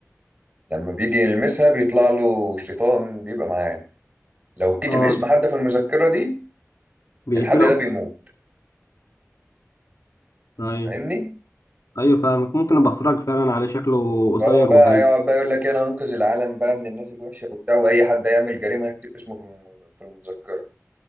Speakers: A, on the right; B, on the left.
A: لما بيجي يلمسها بيطلع له شيطان بيبقى معاه لو كتب
B: آه
A: اسم حد في المذكرة دي
B: بيقتلوا
A: الحد ده بيموت
B: أيوة
A: فاهمني
B: أيوة فاهمك ممكن أبقى أتفرج فعلا على شكله قصير
A: فهو بقى
B: وحلو
A: هيقعد بقى يقول لك انا هنقذ العالم بقى من الناس الوحشة وبتاع واي حد هيعمل جريمة هيكتب اسمه في الم- في المذكرة